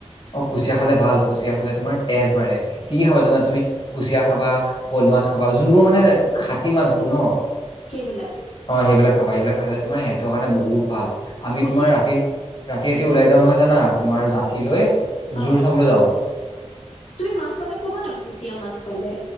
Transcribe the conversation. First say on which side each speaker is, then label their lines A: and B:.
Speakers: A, on the left; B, on the left.
A: অ, কুচিয়া খালে ভাল, কুচিয়া খালে তোমাৰ তেজ বাঢ়ে, কি কি
B: মোক
A: খাব জানা তুমি। কুচিয়া খাবা, শৌল মাছ খাবা, যোনবোৰ মানে খাটি মাছবোৰ ন।
B: সেইবিলাক।
A: অ, সেইবিলাক খাবা, সেইবিলাক খালে তোমাৰ হেল্থৰ কাৰণে বহুত ভাল, আমি
B: কুচিয়াত
A: তোমাৰ ৰাতি ৰাতি, ৰাতি ওলাই যাওঁ নহয় জানা, তোমাৰ জাঠি লৈ। জোৰ
B: অ,
A: চাবলৈ যাওঁ
B: তুমি মাছ পালে ক'বানে, কুচিয়া মাছ পালে।